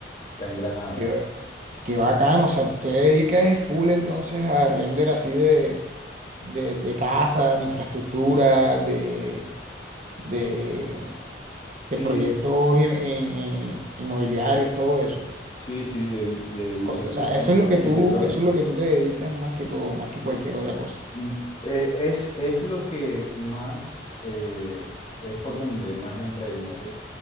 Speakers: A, on the left; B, on the right.
A: está engranado.
B: que, Qué bacano, o sea, tú te dedicas full entonces a render así de, de, de casa, de infraestructura, de, de,
A: Sí,
B: de proyectos in- in- in- inmobiliarios, todo eso.
A: sí, sí, de, vi- de visualización
B: O, o sea, eso es lo
A: arquitectónico.
B: que tú, eso es lo que tú te dedicas más que todo, más que cualquier otra cosa.
A: Mm, eh, Es, es lo que más, eh, es por donde más entra dinero,